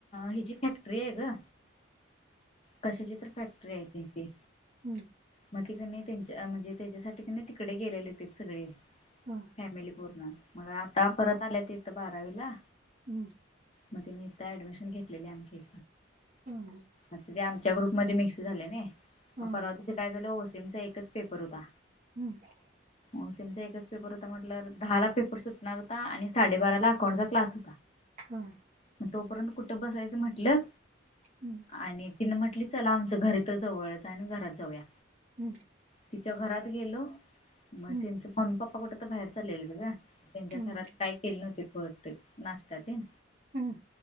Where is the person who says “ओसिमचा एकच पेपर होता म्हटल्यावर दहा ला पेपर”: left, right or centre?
Left